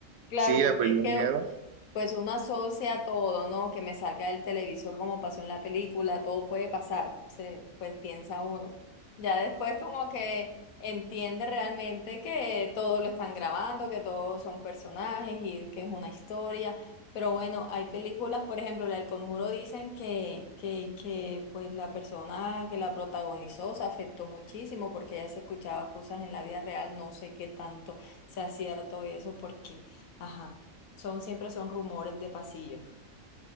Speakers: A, on the left (about 80°); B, on the right (about 80°).
A: Claro,
B: sí, le
A: porque
B: perdí
A: es
B: el
A: que
B: miedo.
A: pues uno asocia todo, ¿no? Que me salga del televisor como pasó en la película, todo puede pasar, se, pues piensa uno. Ya después como que entiende realmente que todo lo están grabando, que todos son personajes y que es una historia. Pero bueno, hay películas, por ejemplo, la del Conjuro dicen que, que, que pues la persona que la protagonizó se afectó muchísimo porque ella se escuchaba cosas en la vida real, no sé qué tanto sea cierto y eso porque Ajá. Son, siempre son rumores de pasillo.